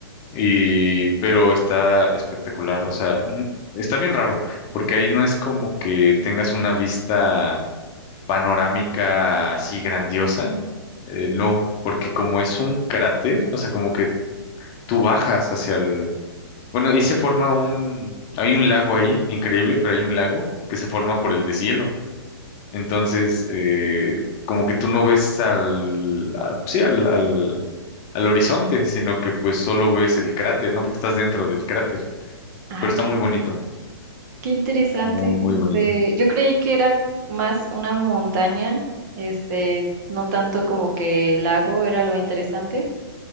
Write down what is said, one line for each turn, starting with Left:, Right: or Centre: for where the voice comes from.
Left: Y, pero está espectacular. O sea, n- está bien raro, porque ahí no es como que tengas una vista panorámica así grandiosa. Eh, no, porque como es un cráter, o sea, como que tú bajas hacia el... Bueno, ahí se forma un... Hay un lago ahí, increíble, pero hay un lago que se forma por el deshielo. Entonces, eh, como que tú no ves al, a- pues sí, al, al, al horizonte, sino que pues solo ves el cráter, ¿no? Porque estás dentro del cráter.
Right: Ay,
Left: Pero está
Right: qué,
Left: muy bonito,
Right: qué interesante.
Left: muy, muy
Right: Este,
Left: bonito.
Right: yo creí que era más una montaña, este, no tanto como que el lago era lo interesante,